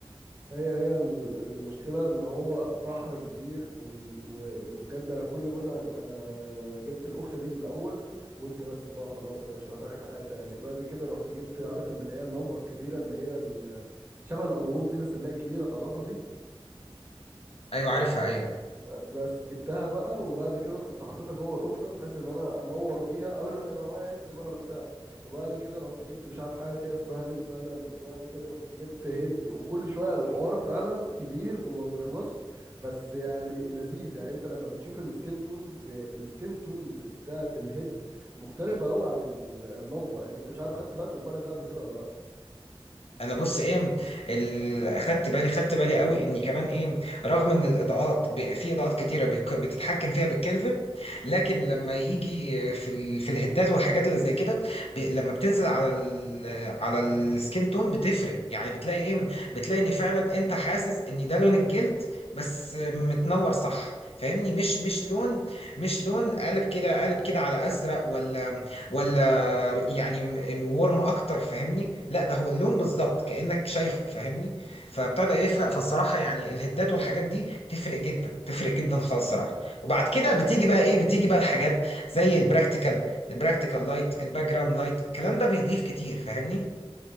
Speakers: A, on the right; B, on the left.
A: هي هي ال- المشكلة ان هو بحر كبير وال... و... وبجد انا كل مثلا انا جبت الاكتة دي في الاول وقلت بس بقى خلاص انا مش محتاج حاجة تاني بعد كده رحت جبت عارف اللي هي اللمبة الكبيرة اللي هي ال... شبه القلاووز دي بس اللي هي الكبيرة تعرفها دي
B: ايوه عارفها ايوه
A: بس جبتها بقى وبعد كده كنت حاططها جوه الاكتة بحيث ان انا انور بيها قبل ما يبقى معايا هيد بقى ولا بتاع وبعد كده رحت جبت مش عارف حاجه كده اسمها ليد بانل وبعد كده رحت جبت هيد وكل شويه الحوار فعلا كبير وما بيخلصش بس يعني لذيذ يعني انت لما بتشوف السكين تونز يعني السكين تونز بتاعت الهيد مختلفه قوي عن ال- اللمبه يعني انت مش عارف خدت بالك من الفرق ده قبل كده ولا لا
B: انا بص ايه ال- خدت بالي خدت بالي قوي اني كمان ايه رغم ان الاضاءات ب- في اضاءات كتيره بك- بتتحكم فيها بالكلفن لكن لما
A: مم.
B: يجي في ال... في الهدات والحاجات اللي زي كده ب... لما بتنزل على ال... على السكين تون بتفرق يعني بتلاقي ايه بتلاقي ان فعلا انت
A: مم.
B: حاسس ان ده لون الجلد بس متنور صح فاهمني مش مش لون مش لون قالب كده قالب كده على ازرق ولا ولا يعني م- ورم اكتر فاهمني لا ده هو اللون بالظبط كانك شايفه فاهمني فابتدى يفرق فالصراحه يعني الهدات والحاجات دي تفرق جدا تفرق جدا خالص الصراحه وبعد كده بتيجي بقى ايه بتيجي بقى الحاجات زي البراكتيكال البراكتيكال لايت الباك جراوند لايت الكلام ده بيضيف كتير فاهمني